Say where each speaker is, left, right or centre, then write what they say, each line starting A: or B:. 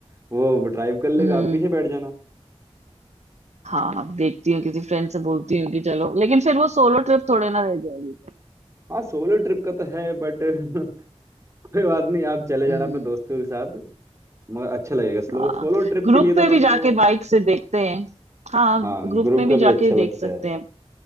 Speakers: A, on the right; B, on the right.
A: वो ड्राइव कर लेगा
B: हम्म
A: आप पीछे बैठ जाना
B: हाँ देखती हूँ किसी फ्रेंड से बोलती हूँ कि चलो लेकिन फिर वो सोलो ट्रिप थोड़े ना रह जाएगी
A: हाँ सोलो ट्रिप का तो है बट <laughs> कोई बात नहीं आप चले जाना
B: हम्म
A: अपने दोस्तों के साथ मगर अच्छा लगेगा स्लो
B: हाँ
A: सोलो ट्रिप
B: ग्रुप
A: के लिए तो
B: में
A: तुमको
B: भी जाके बाइक से देखते हैं हाँ
A: हाँ
B: ग्रुप
A: ग्रुप
B: में
A: का
B: भी
A: भी
B: जाके
A: अच्छा लगता
B: देख सकते
A: है
B: हैं